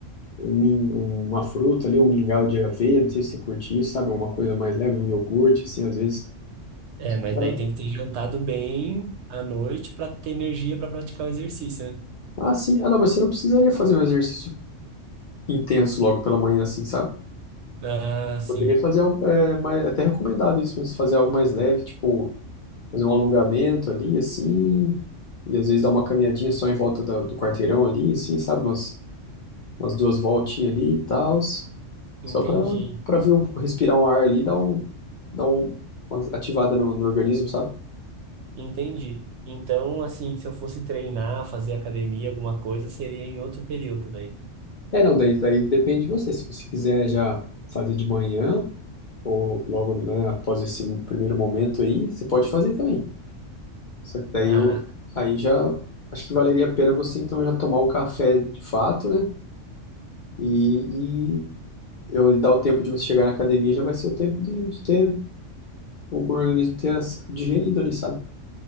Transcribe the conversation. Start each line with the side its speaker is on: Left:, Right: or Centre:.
Left: um min- uma fruta ali, um mingau de aveia, não sei se você curte isso, sabe? Alguma coisa mais leve, um iogurte, assim, às vezes.
Right: É,
Left: Só
Right: mas
Left: pra...
Right: daí tem que ter jantado bem à noite para ter energia para praticar o exercício, né?
Left: Ah, sim. Ah, não, mas você não precisaria fazer um exercício intenso logo pela manhã, assim, sabe?
Right: Ah, sim.
Left: Poderia fazer algo, é, mais, até recomendado isso mesmo, fazer algo mais leve, tipo, fazer um alongamento ali, assim, e às vezes dar uma caminhadinha só em volta da- do quarteirão ali, assim, sabe? Umas, umas duas voltinhas ali e tal,
Right: Entendi.
Left: só pra, pra ver um, respirar um ar ali, e dar um, dar um, uma ativada no no organismo, sabe?
Right: Entendi. Então, assim, se eu fosse treinar, fazer academia, alguma coisa, seria em outro período, daí.
Left: É, não, daí, daí depende de você. Se você quiser já fazer de manhã, ou logo, né, após esse primeiro momento aí, você pode fazer também. Só que daí
Right: Ah,
Left: eu, aí já, acho que valeria a pena você então já tomar o café de fato, né? E, e eu dar o tempo de você chegar na academia já vai ser o tempo de, de ter o organismo ter as- digerido ali, sabe?